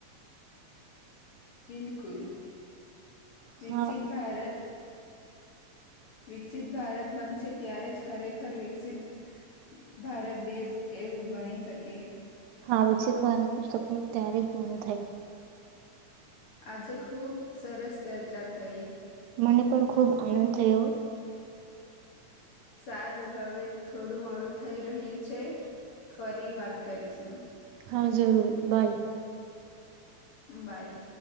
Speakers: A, on the left; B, on the right.
A: બિલકુલ વિકસિત
B: હા
A: ભારત વિકસિત ભારત બનશે ત્યારે જ ખરેખર વિકસિત ભારત દેશ એવું બની શકે
B: આ વિકસિત ભારતનું સપનું ત્યારે જ પૂર્ણ થાય
A: આજે ખુબ સરસ ચર્ચા થઈ
B: મને પણ ખુબ આનંદ થયો
A: સારું હવે થોડું મોડું થઈ રહ્યું છે ફરી વાત કરીશું
B: હા જરૂર બાય
A: બાય